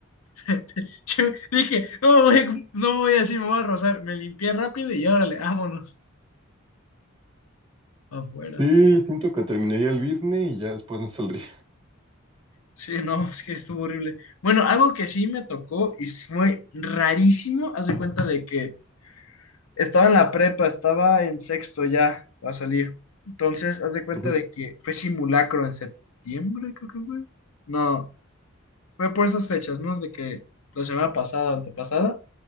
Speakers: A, on the left; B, on the right.
A: <laughs> Yo Dije, no me voy, no me voy así, me voy a rozar. Me limpié rápido y órale, vámonos <laughs> afuera.
B: Sí, siento que terminaría el business y ya después me saldría.
A: Sí, no, es que estuvo horrible. Bueno, algo que sí me tocó y fue rarísimo, haz de cuenta de que estaba en la prepa, estaba en sexto ya a salir. Entonces, haz de cuenta
B: Ujú,
A: de que fue simulacro en septiembre, creo que fue. No, fue por esas fechas, ¿no? De que la semana pasada, antepasada,